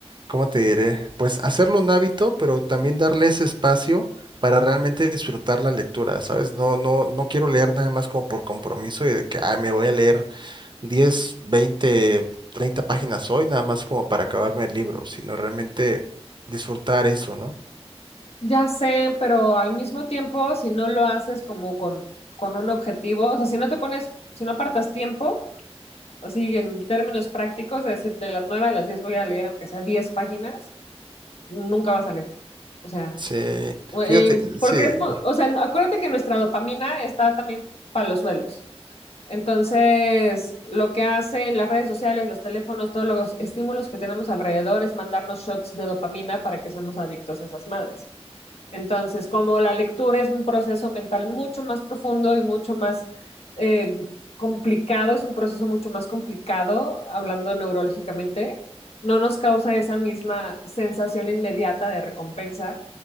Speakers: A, on the right (about 45°); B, on the left (about 70°).
A: ¿cómo te diré? Pues hacerlo un hábito, pero también darle ese espacio para realmente disfrutar la lectura, ¿sabes? No, no, no quiero leer nada más como por compromiso y de que, ah, me voy a leer 10, 20, 30 páginas hoy, nada más como para acabarme el libro, sino realmente disfrutar eso, ¿no?
B: Ya sé, pero al mismo tiempo, si no lo haces como con, con un objetivo, o sea, si no te pones, si no apartas tiempo, así en términos prácticos, es decir, de las 9 a las 10 voy a leer, aunque sea 10 páginas, nunca vas a leer. O sea,
A: Sí,
B: o- eh,
A: fíjate,
B: porque
A: sí,
B: es, mu- o sea, acuérdate que nuestra dopamina está también para los suelos. Entonces, lo que hacen las redes sociales, los teléfonos, todos los estímulos que tenemos alrededor es mandarnos shots de dopamina para que seamos adictos a esas madres. Entonces, como la lectura es un proceso mental mucho más profundo y mucho más eh, complicado, es un proceso mucho más complicado, hablando neurológicamente, no nos causa esa misma sensación inmediata de recompensa.